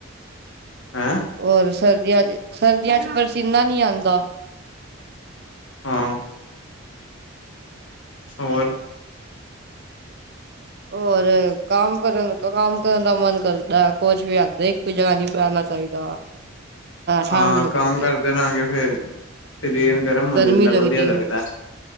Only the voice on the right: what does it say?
ਹੋਰ ਸਰਦੀਆਂ'ਚ, ਸਰਦੀਆਂ'ਚ ਪਸੀਨਾ ਨਹੀ ਆਂਦਾ।
ਹੋਰ ਕੰਮ ਕਰਨ ਕੰਮ ਕਰਨ ਦਾ ਮਨ ਕਰਦਾ ਕੁਛ ਵੀ ਆਂਦਾ ਇਕ ਜਗ੍ਹਾ ਨਹੀ ਬੈਣਾ ਚਾਹੀਦਾ ਠੰਢ
ਲੱਗਦੀ
ਹੈ
ਗਰਮੀ
ਲੱਗਦੀ
ਹੈ